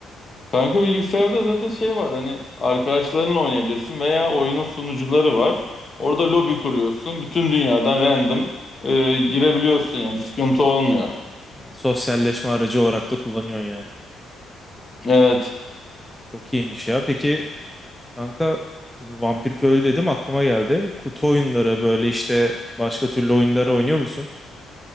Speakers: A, on the left (about 35°); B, in the centre.
A: Kanka bilgisayarda zaten şey var hani arkadaşlarınla oynayabilirsin veya oyunun sunucuları var. Orada lobi kuruyorsun. Bütün dünyadan random e, girebiliyorsun yani bir sıkıntı olmuyor.
B: Sosyalleşme aracı olarak da kullanıyorsun yani.
A: Evet.
B: Çok iyiymiş ya. Peki kanka şimdi Vampir Köylü dedim aklıma geldi. Kutu oyunları böyle işte başka türlü oyunları oynuyor musun?